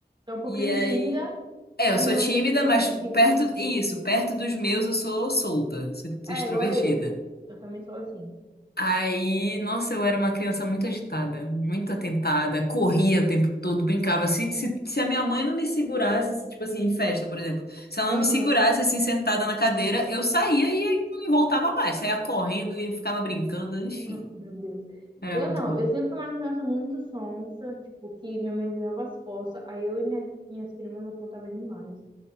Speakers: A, on the right; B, on the left.
A: É um pouquinho
B: E aí
A: tímida,
B: é,
A: mas
B: eu sou
A: ao mesmo
B: tímida,
A: tempo extrovertida.
B: mas perto, isso, perto dos meus eu sou solta, sou
A: É,
B: extrovertida.
A: igual eu. Eu também sou assim.
B: Aí, nossa, eu era uma criança muito agitada, muito atentada, corria o tempo todo, brincava. Se, se, se a minha mãe não me segurasse, se, tipo assim, em festa, por exemplo, se ela
A: Aham,
B: não me segurasse assim, sentada na cadeira, eu saía e não voltava mais, saía correndo e ficava brincando,
A: <laughs>
B: enfim,
A: Meu Deus.
B: era
A: Eu
B: muito
A: não,
B: bom.
A: eu sempre fui uma criança muito sonsa, tipo, que minha mãe virava as costas, aí eu e minha, minhas primas apontava demais.